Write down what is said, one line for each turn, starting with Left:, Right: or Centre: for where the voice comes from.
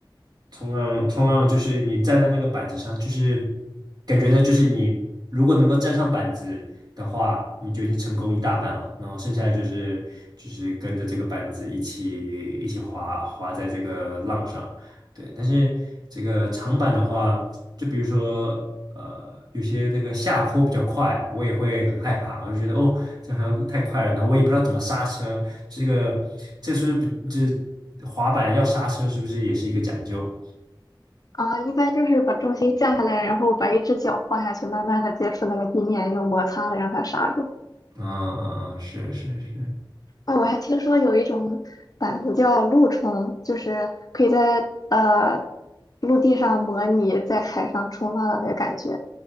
Right: 冲浪，冲浪就是你站在那个板子上，就是感觉呢，就是你如果能够站上板子的话，你就已经成功一大半了。然后剩下的就是就是跟着这个板子一起一起滑滑在这个浪上。对，但是这个长板的话，就比如说呃，有些这个下坡比较快，我也会很害怕，我就觉得哦，这好像太快了，然后我也不知道怎么刹车。这个这是不是比这滑板要刹车是不是也是一个讲究？
Left: 啊，一般就是把重心降下来，然后把一只脚放下去，慢慢的接触那个地面，用摩擦的让它刹住。
Right: 嗯嗯嗯，是是是，
Left: 哦，我还听说有一种板子叫陆冲，就是可以在呃陆地上模拟在海上冲浪的那个感觉。